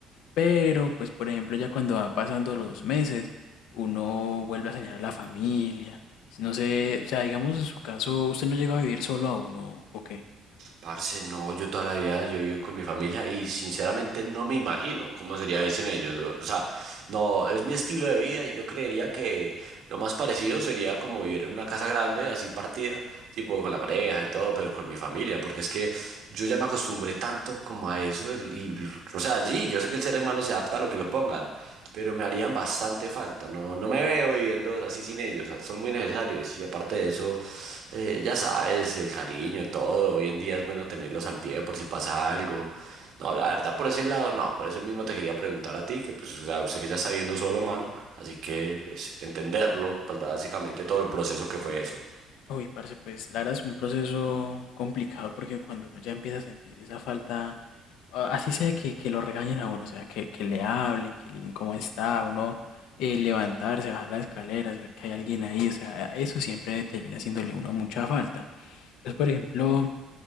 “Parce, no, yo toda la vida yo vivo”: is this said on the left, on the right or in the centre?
Right